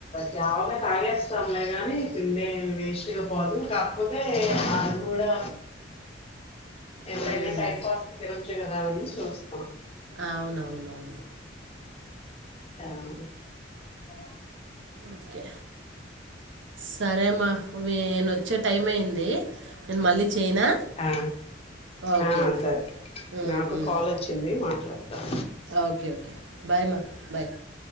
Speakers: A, on the left; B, on the right.
A: జావమే తాగేస్తాంలే గానీ పిండే వేస్ట్గా పోదు కాకపోతే అది కూడా ఎంతైనా
B: మ్మ్.
A: టైం పాస్ కి తిన తినొచ్చు కదా అని చూస్తున్నాం
B: అవునవునవును
A: ఆ అ
B: ఓకే సరే అమ్మాయేనా వచ్చే టైం అయింది నే మళ్ళీ చేయనా
A: ఆ
B: ఓకే
A: ఆ
B: అయితే
A: సరే
B: మ్మ్,
A: నాకు
B: మ్మ్.
A: కాల్ వచ్చింది మా తా <unintelligible>
B: ఓకే ఓకే బాయ్ మా బాయ్